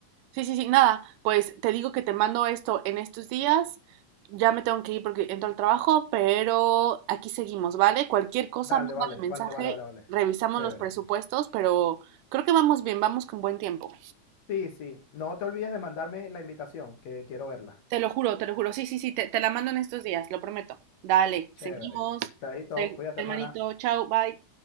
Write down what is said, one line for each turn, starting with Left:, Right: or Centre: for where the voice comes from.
Right: Sí, sí, sí, nada, pues te digo que te mando esto en estos días. Ya me tengo que ir porque entro al trabajo, pero aquí seguimos, ¿vale? Cualquier cosa,
Left: Dale,
Right: mándame
Left: vale,
Right: mensaje,
Left: vale, vale, vale, vale.
Right: revisamos
Left: Chévere.
Right: los presupuestos, pero creo que vamos bien, vamos con buen tiempo.
Left: Sí, sí, no te olvides de mandarme la invitación, que quiero verla.
Right: Te lo juro, te lo juro. Sí, sí, sí, te, te la mando en estos días, lo prometo. Dale,
Left: Chévere.
Right: seguimos.
Left: Chaito,
Right: Se-
Left: cuídate,
Right: hermanito,
Left: hermana.
Right: chao, bye.